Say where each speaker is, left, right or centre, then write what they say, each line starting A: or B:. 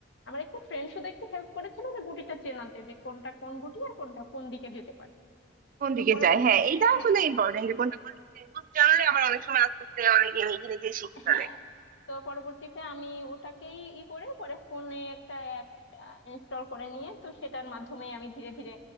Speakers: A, on the left (about 75°); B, on the right (about 45°).
A: আমার একটা ফ্রেন্ড শুধু একটু হেল্প করেছিল যে গুটিটা চেনাতে যে কোনটা কোন গুটি আর কোনটা কোন দিকে যেতে পারে
B: কোন
A: তো
B: দিকে
A: পরবর্তী
B: যায় হ্যাঁ এটা আসলে
A: হ্যাঁ
B: ইম্পর্টেন্ট যে কোনটা কোন দিকে যায়। এগুলো জানলে আবার অনেক সময় আস্তে আস্তে অনেক নিজে নিজে শিখে ফেলে
A: হ্যাঁ তো পরবর্তীতে আমি ওটাকেই ই করে পরে ফোনে একটা অ্যাপ ইনস্টল করে নিয়ে তো সেটার মাধ্যমে আমি ধীরে ধীরে